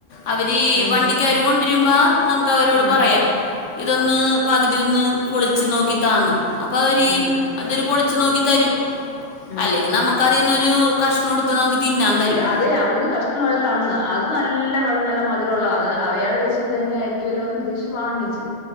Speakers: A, on the left; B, on the left.
A: അവരീ
B: ഉം
A: വണ്ടിക്കാര് കൊണ്ടരുമ്പോ നമുക്ക് അവരോട്
B: ഉം
A: പറയാം ഇതൊന്ന് പകുതി യൊന്ന് പൊളിച്ചു നോക്കിതാന്ന് അപ്പൊ അവരീ
B: ഉം
A: അതൊരു പൊളിച്ചു നോക്കി തരും
B: ഉം
A: അല്ലെങ്കി നമുക്ക് അതിന്നൊരു കഷ്ണം എടുത്ത് നമുക്ക് തിന്നാൻ തരും
B: അതെ അവിടുന്ന് കഷ്ണം അവര് തന്ന് അത് നല്ല വെളഞ്ഞ് നല്ല മധുരള്ളത് അത് അയാള് വെച്ച് ഇത് തന്നെ ആയിരി ക്കോല്ലോന്ന് പ്രതീക്ഷിച്ച് വാങ്ങിച്ച്